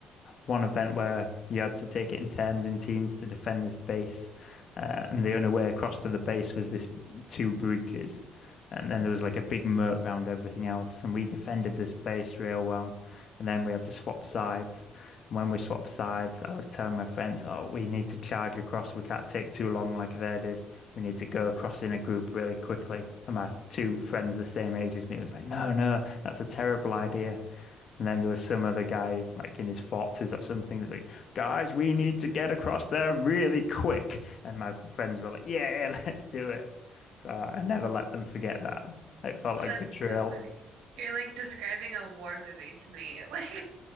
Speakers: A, on the left (about 55°); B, on the right (about 85°).
A: one event where you had to take it in terms in teens to defend this base, uh, and the only way across to the base was this two bridges, and then there was like a big moat round everything else, and we defended this base real well, and then we had to swap sides, and when we swapped sides, I was telling my friends, "Oh, we need to charge across. We can't take too long like they did. We need to go across in a group really quickly." And my two friends the same age as me was like, "No, no, that's a terrible idea." And then there was some other guy, like in his forties or something, who was like, "Guys, we need to get across there really quick." And my friends were like, "Yeah, <laughs> let's do it." So I never let them forget that. It felt
B: Oh,
A: like
B: that's
A: betrayal.
B: so funny.
A: <laughs>
B: You're like describing a war movie to me. <laughs> Like,